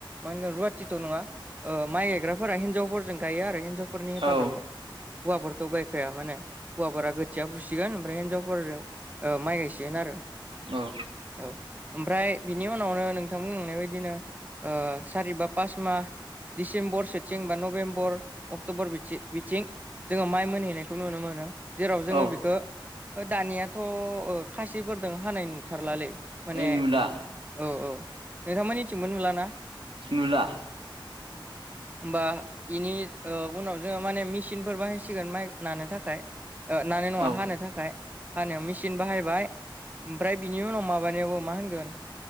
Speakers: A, on the right (about 20°); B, on the right (about 90°).
A: मा होनगोन रुवाथिथ' नङा ओ माइ गायग्राफोरा हिनजावफोरजों गायो आरो हिनजाव फोरनि हेफाजाबाव
B: औ
A: हौवाफोरथ' गायखाया माने हौवाफोरा गो थिया फुसिगोन ओमफ्राय हिन्जावफोरजों ओ माइ गायसिगोन आरो।
B: औ
A: औ ओमफ्राय बिनि उनावनो नोंथां बुंनाय बायदिनो ओ सारिबा पास मा दिडिसेम्बर सोथिं बा नभेम्बर अक्ट'बर बिथि-बिथिं जोङो माइ मोनहैनायखौ नुनो मोनो जेराव जोङो
B: औ
A: बेखो ओ दानियाथ' ओ खासिफोरजों हानाय नुथारलालै माने
B: नुला
A: औ औ नोंथांमोननिथिंबो नुला ना?
B: नुला
A: होमबा इनि ओ उनाव जोङो माने मेसिनफोर बाहायसिगोन माइ नानो थाखाय। ओ नानाय नङा
B: औ
A: हानो थाखाय हानायाव मेचिन बाहायबाय ओमफ्राय बिनि उनाव माबानायावबो मा होनगोन